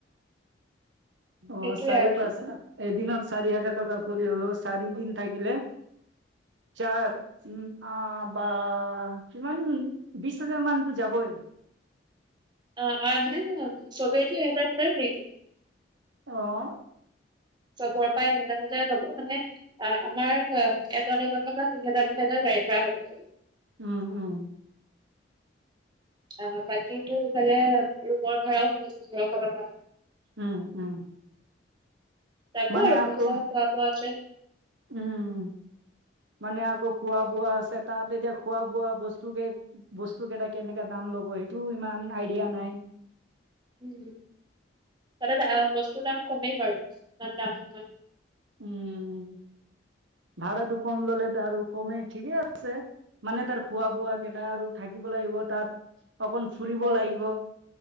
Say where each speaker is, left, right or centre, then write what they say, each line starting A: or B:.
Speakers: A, on the right (about 80°); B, on the right (about 25°).
A: অ
B: সেইটোয়ে
A: চাৰি
B: আৰু।
A: পাঁচ এদিনত। চাৰি হাজাৰ টকা কৰি হলেও চাৰি দিন থাকিলে। ছাৰ উ অ বা কিমান বিশ হাজাৰ মানতো যাব। <unintelligible>
B: অ অ মানে চবেটো এটা এটাই বেগ লব।
A: অহ।
B: চবৰ পৰা এহেজাৰ হেজাৰ যাব মানে অ আমাৰ এজন এজনৰ দুহেজাৰ দুহেজাৰ যাব। <inaudible>
A: উম উম।
B: অ বাকীটো ইফালে ৰুমৰ ভাড়াও পোন্ধৰ শ টকা
A: উম উম।
B: যাব
A: মানে
B: আৰু পইচা
A: আকৌ
B: খোৱা-বোৱা আছে।
A: উম। মানে আকৌ খোৱা বোৱা আছে তাত এতিয়া খোৱা বোৱা বস্তু কে বস্তু কেইটা কেনেকা দাম। ল'ব সেইটো ইমান আইডিয়া নাই।
B: উম ত বস্তুৰ দাম কমেই বাৰু ইমান দাম নহয়।
A: উম ভাড়াটো কম ল'লে ত আৰু কমে ঠিকে আছে। মানে তাৰ খোৱা বোৱা কেইটা আৰু থাকিব লাগিব তাত। অকণ ফুৰিব
B: হয়
A: লাগিব
B: হয়